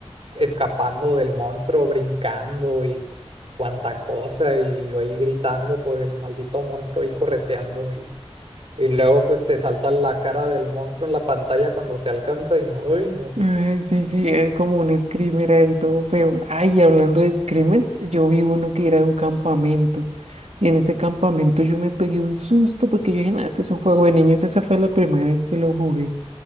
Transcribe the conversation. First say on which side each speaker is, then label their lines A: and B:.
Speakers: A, on the right; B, on the right.
A: escapando del monstruo, brincando y cuánta cosa, y yo ahí gritando por el maldito monstruo ahí correteando y, y luego pues te salta la cara del monstruo en la pantalla cuando te alcanza y no, ay no.
B: Ay, sí, sí, es como un screamer ahí todo feo. Ay, y hablando de screamers, yo vi uno que era de un campamento. Y en ese campamento yo me pegué un susto porque yo dije, "Nah, esto es un juego de niños. Esa fue la primera vez que lo jugué